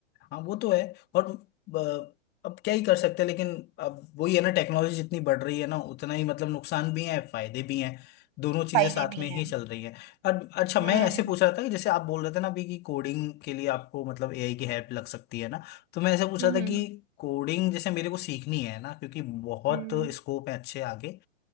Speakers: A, on the left (about 30°); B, on the right (about 40°).
A: हाँ वो तो है और ब- अब क्या ही कर सकते हैं लेकिन अब वही है ना टेक्नोलॉजी जितनी बढ़ रही है ना उतना ही मतलब नुकसान भी है फायदे भी हैं दोनों चीजें
B: फायदे
A: साथ
B: भी
A: में ही
B: हैं
A: चल रही है और अच्छा
B: हम्म
A: मैं ऐसे पूछ रहा था कि जैसे आप बोल रहे थे ना अभी कि कोडिंग के लिए आपको मतलब एआई की हेल्प लग सकती है ना तो मैं ऐसे पूछ
B: हम्म
A: रहा था कि कोडिंग जैसे मेरे को सीखनी है ना क्योंकि बहुत
B: हम्म
A: स्कोप है अच्छे आगे